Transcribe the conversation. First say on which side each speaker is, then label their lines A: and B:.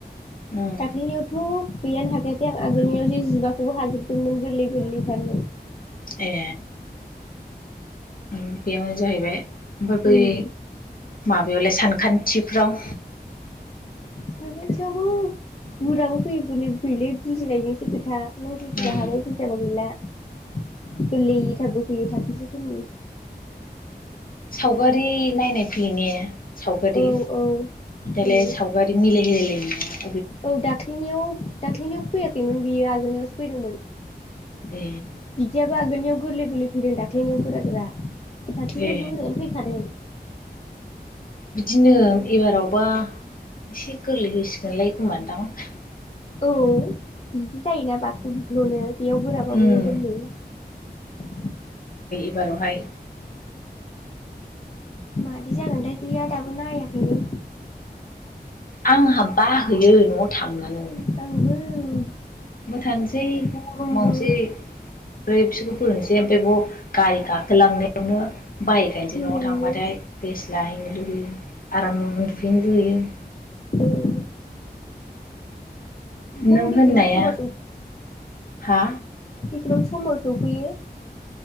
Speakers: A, on the left; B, on the left.
A: उम
B: दाख्लिनियावथ' गैयानो हाखायाखै आं आगोलनियाव जे जिबाखौबो हाजोबदोंमोन गोरलै गोरलैथारमोन।
A: ए बेयावनो जाहैबाय। ओमफाय बै
B: उम
A: माबायावलाय सानखान्थिफ्राव?
B: सानखान्थियावबो गोराबो फैयो गोरलैबो फैयोलै बुजिनायजोंसो खोथा। नों फैथिहागो
A: उम
B: फैसाबो गैला । गोललै थाग फैयै थाखोसेफोरनि
A: सावगारि नायनाय फै ने सावगारि
B: औ औ
A: दालाय
B: फैयो
A: सावगारि मिलाय होलायलायनाय <unintelligible>
B: औ दाख्लिनियाव दाख जिनियाव फैयाखैमोन बियो आगोलनो फैदोंमोन ।
A: ए
B: बिदियाबा आगनियाव गोरलै गोरलै फैदों दाक्लिनियाव गोरा गोरा । दाक्लिनियाव
A: ए
B: गोरायानो फैखादों ।
A: बिदिनो एबारावबा एसे गोरलै होसिगोनलाय खोमां दां ।
B: औ बिदि जायोना बाख्लु बुख्लुनो बेयाव गोराबा
A: उम
B: बेयाव गोरलै ।
A: बारावहाय
B: मादि जागोनथाय गैया दाबो नाया बिनो
A: आंहा बाहोयो न'आव थांनानै
B: आंबो
A: मोटान दै
B: गरमबो
A: माउजि ब्रै बिसोरखौ फोरोंसै ओमफ्राय ब गारि गाखोलांनायावनो बाइखायनोसै
B: मेङो
A: न'आव थांबाथाय फेस लाहैनो दोगो आराम दुहैनो लुुयैयो ।
B: औ
A: नों
B: बेसेबां
A: होननाया
B: समाव
A: हा
B: बिसिबां समाव सफैयो